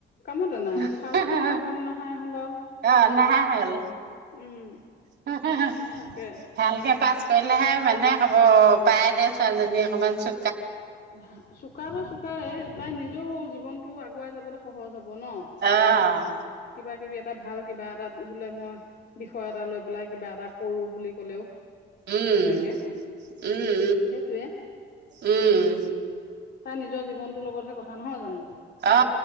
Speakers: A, on the left; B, on the right.
A: কামতে নাই
B: <unintelligible>
A: ফাৰ্ষ্ট ডিভিজনৰ কাম নাহাই হ'ল আৰু
B: অহ' নাহাঁহিল।
A: উম
B: ভাল
A: তাকে
B: কে পাচ কৰিলেহে মানুহে কব পায়ে দে ছোৱালীজনী অকমান চ
A: ভ চোকটো চোকাই তাই নিজেও জীৱনতটো আগুৱাই যাবলৈ সহজ হ'ব হ'ব ন
B: অ',
A: কিবা কিবি এ এটা ভাল কিবা এটা বোলে মই বিষয় এটা লৈ পেলাই কিবা এটা কৰো বুলি ক'লেও
B: উম
A: তেনেকে
B: উম
A: সেইটোয়ে
B: উম উম
A: তাই নিজৰ জীৱনটো লগতহে কথা নহয় জানো
B: অ